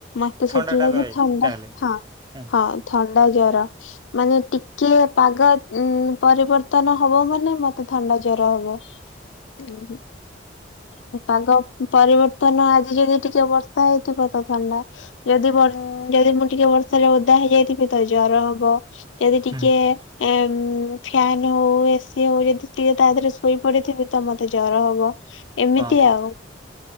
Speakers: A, on the left; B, on the right.
A: ମତେ
B: ଥଣ୍ଡା
A: ସେଥିଲାଗି
B: ଟା ରହେ
A: ଥଣ୍ଡା
B: ତାହେଲେ
A: ହଁ
B: ହୁଁ
A: ହଁ ଥଣ୍ଡା ଜର। ମାନେ ଟିକେ ପାଗ ଉଁ ପରିବର୍ତ୍ତନ ହବ ମାନେ ମତେ ଥଣ୍ଡା ଜ ଜର ହବ ଉଁ ହୁଁ ତାଙ୍କ ପରିବର୍ତ୍ତନ ଆଜି ଯଦି ଟିକେ ବର୍ଷା ହେଇଥିବ ତ ଥଣ୍ଡା ଯଦି ଯଦି ଟିକେ ବର୍ଷାରେ ଓଦା ହେଇଯାଇଥିବେ ତ ଜର ହବ ଯଦି ଟିକିଏ।
B: ହୁଁ
A: ଏଁ ଉଁ ଫ୍ୟାନ୍ ହଉ ଏସିି ହଉ ଯଦି ଟିକେ ତା ଦେହରେ ଶୋଇ ପଡିଥିବି ତ ମତେ ଜର ହବ ଏମିତି
B: ହଁ
A: ଆଉ।